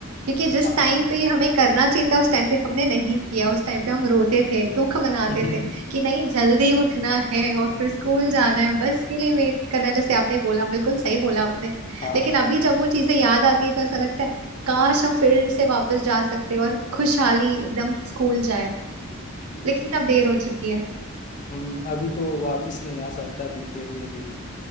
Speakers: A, on the right; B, on the left.
A: क्योंकि जिस
B: हाँ
A: टाइम पे हमें करना चाहिए था उस टाइम पे हमने नहीं किया उस टाइम पे हम रोते थे दुख मनाते
B: <laughs>
A: थे कि नहीं जल्दी उठना है और फिर स्कूल जाना है बस के लिए वेट करना है जैसे आपने बोला बिल्कुल सही बोला आपने
B: हाँ
A: लेकिन अभी जब वो चीजें याद आती है तो ऐसा लगता है काश हम फिर से वापस जा सकते और खुशहाली एकदम स्कूल जाए लेकिन अब देर हो चुकी है
B: हम्म, अभी तो वापस नहीं आ सकता बीते हुए दिन